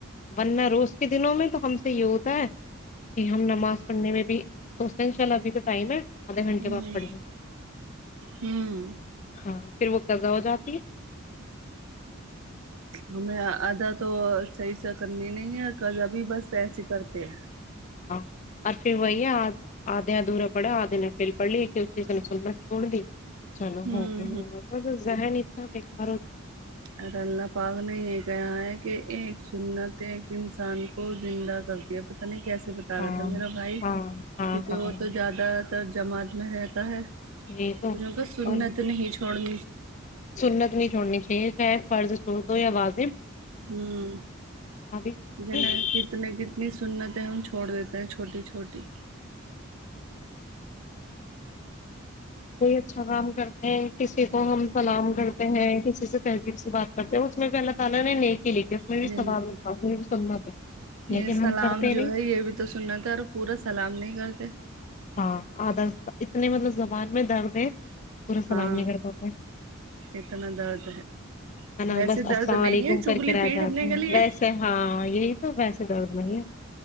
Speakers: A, on the left; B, on the right.
A: ورنہ روز کے دنوں میں تو ہم سے یہ ہوتا ہے کہ ہم نماز پڑھنے میں بھی سوچتے ہیں ان شاء اللہ ابھی تو ٹائم ہے آدھے گھنٹے
B: ہوں
A: بعد پڑھ لیں
B: ہوں
A: ہاں پھر وہ کزا ہو جاتی ہے
B: ہمیں آدھا تو صحیح سے کرنی نہیں ہے کز ابھی بس سحچ کرتے ہیں
A: اورر پھر وہی ہے آدے ادھورا پڑا آدھے ن پل پڑ لییز سننا چھوڑ دی چلو
B: ہوں
A: ہو گ ہو زذہ نہیں بے کارو
B: اگر اللہ پاک نے یہ کہا ہے کہ ایک سنت انسان کو زندہ کرتی ہے پت نہیں کیسے بتا
A: ہاں
B: رہا تھا میرا بھائی
A: ہاں ہاں
B: کیونکہ
A: ہاں
B: وہ تو زیادہ تر جماعت میں رہتا ہے
A: یہی تو
B: توں کو سننا
A: اور
B: تو نہیں تھوڑی
A: سنت نہیں چھوڑنی چاہیے فرض چ یا واضم
B: ہوں
A: ثواب
B: جنا
A: ہے
B: کہ تمیں کتنی سنت ہم چھوڑ دیتے ہیں چھوٹی چھوٹی
A: کوئی اچھا کام کرتے ہیں کسی کو ہم سلام کرتے ہیں کسی سے بات کرتے ہیں اس میں بھی اللہ تعالی نے لکھی اس میں بھی
B: بالکل
A: ثواب لکھا اس میں بھی سنت ہے
B: یہ
A: لیکن
B: سلام
A: ہم کرتے ہی
B: جو
A: نہیں
B: ہے یہ بھی تو سننا تھا اور پورا سلام نہیں گتے
A: ہاں آدر اتنے مطلب زبان میں درد ہے پورا سلام
B: ہاں
A: نہیں کر پاتے ہے
B: اتنا درد ہے
A: نا
B: ویسے
A: بس
B: درد
A: السلام
B: نہیں
A: علیکم
B: ہے چگلی
A: کر کے رہ
B: پیٹنے
A: جاتے
B: کے
A: ہیں
B: لیے
A: ویسے ہاں یہی تو ویسے درد نہیں ہے